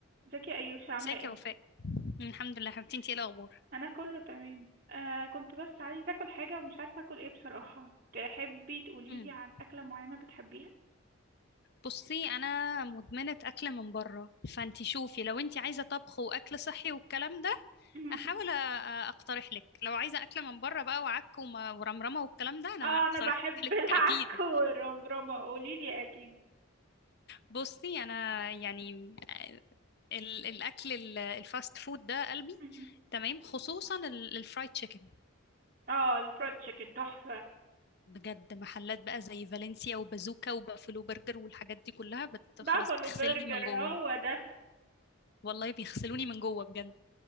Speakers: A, on the right; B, on the left.
A: ازيك يا ايوش عامله
B: ازيك
A: ايه
B: يا وفاء مم، الحمد لله حبيبتي انتي ايه الاخبار
A: انا كله تمام آه كنت بس عايزه اكل حاجه ومش عارفه اكل ايه بصراحه تحبي تقولي
B: مم.
A: لي عن اكله معينه بتحبيها
B: بصي انا مدمنه اكل من بره فانتي شوفي لو انتي عايزه طبخ واكل صحي والكلام ده
A: مهم.
B: احاول أ- اقترح لك لو عايزه اكل من بره بقى وعك وما- ورمرمه والكلام ده انا
A: اه
B: اقترح
A: انا بحب
B: <laughs> لك
A: <laughs> العك
B: اكيد
A: والرمرمه قولي لي اكيد
B: بصي انا يعني ال- الاكل ال- الفاست فود ده قلبي
A: مهم.
B: تمام خصوصا ال- الفرايد تشيكن
A: اه الفرايد تشيكن تحفه
B: بجد محلات بقى زي فالنسيا وبازوكا وبافلو برجر والحاجات دي كلها بت... خلاص
A: بافالو
B: بتغسلني
A: برجر
B: من جوه
A: هو ده
B: والله بيغسلوني من جوه بجد